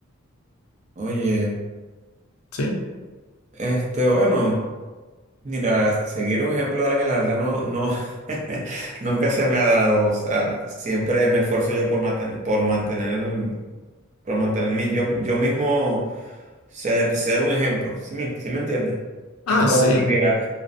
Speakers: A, on the right; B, on the left.
A: Oye,
B: ¿Sí?
A: este, bueno, mira, seguir un ejemplo de alguien, la verdad no, no, <laughs> nunca se me ha dado, o sea, siempre me esfuerzo yo por manten- por mantener, por mantenerme yo, yo mismo ser, ser un ejemplo, ¿sí me, sí me entiendes?
B: Ah,
A: Es como
B: sí.
A: que, mira,